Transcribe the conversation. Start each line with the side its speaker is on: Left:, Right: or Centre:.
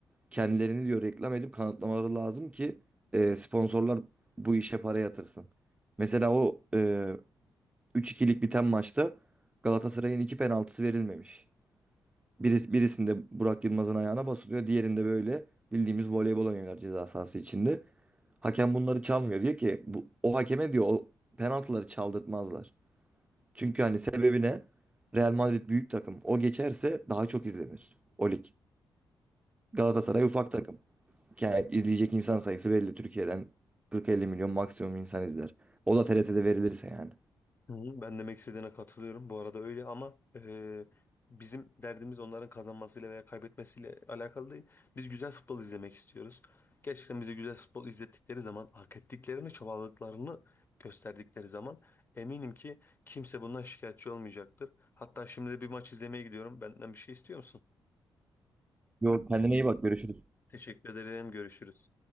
Right: kendilerini diyor reklam edip kanıtlamaları lazım ki e, sponsorlar bu işe para yatırsın. Mesela o e, 3-2'lik biten maçta Galatasaray'ın iki penaltısı verilmemiş. Biris, birisinde Burak Yılmaz'ın ayağına basılıyor. Diğerinde böyle bildiğimiz voleybol oynuyorlar ceza sahası içinde. Hakem bunları çalmıyor. Diyor ki bu, o hakeme diyor o penaltıları çaldırtmazlar. Çünkü hani sebebi ne? Real Madrid büyük takım. O geçerse daha çok izlenir o lig. Galatasaray ufak takım. Yani izleyecek insan sayısı belli. Türkiye'den 40-50 milyon maksimum insan izler. O da TRT'de verilirse yani.
Left: Hı hı, Ben demek istediğine katılıyorum. Bu arada öyle ama e, bizim derdimiz onların kazanmasıyla veya kaybetmesiyle alakalı değil. Biz güzel futbol izlemek istiyoruz. Gerçekten bize güzel futbol izlettikleri zaman, hak ettiklerini, çabaladıklarını gösterdikleri zaman eminim ki kimse bundan şikayetçi olmayacaktır. Hatta şimdi de bir maç izlemeye gidiyorum. Benden bir şey istiyor musun?
Right: Yok kendine iyi bak görüşürüz.
Left: Teşekkür ederim. Görüşürüz.